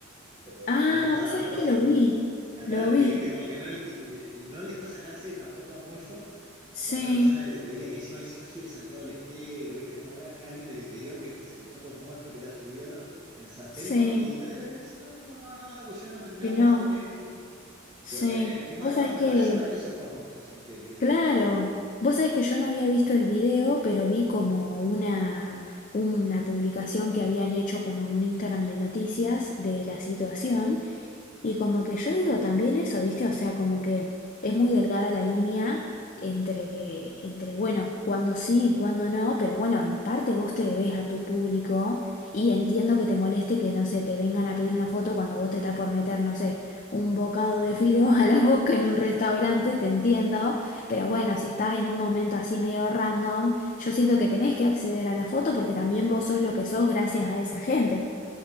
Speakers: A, on the right; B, on the left.
A: ¿Viste? Porque
B: Ah,
A: a mí me gustaba
B: vos sabés
A: el rock.
B: que lo vi,
A: ento- ah,
B: lo
A: claro,
B: vi.
A: que viste como que no le, qui- le- no le dejó sacarse una foto a Mollo
B: Sí,
A: con una persona que le pedía, que encima dice, yo soy de Santiago del Estero, ¿viste? Como era alguien del interior que se cruzó con Mollo, que era su ídolo, en San
B: sí,
A: Telmo, y Natalia Oreiro dice, no, no, no, no, no, pues si no, no terminamos
B: que no,
A: más con esto. Yo,
B: sí.
A: eh, qué mala
B: Vos sabés
A: onda,
B: que,
A: para eso, ¿para qué sos famoso si no te querés
B: claro,
A: sacar foto con...?
B: vos sabés que yo no había visto el video, pero vi como una, una publicación que habían hecho como en un Instagram de noticias de la situación Y como que yo digo también eso, ¿viste? O sea, como que es muy delgada la línea entre, entre bueno, cuándo sí y cuándo no, pero bueno, en parte vos te debes a tu público y entiendo que te moleste que, no sé, te vengan a pedir una foto cuando vos te estás por meter, no sé, un bocado de fideos a la boca en un restaurante, te entiendo, pero bueno, si estás en un momento así medio random, yo siento que tenés que acceder a la foto porque también vos sos lo que sos gracias a esa gente.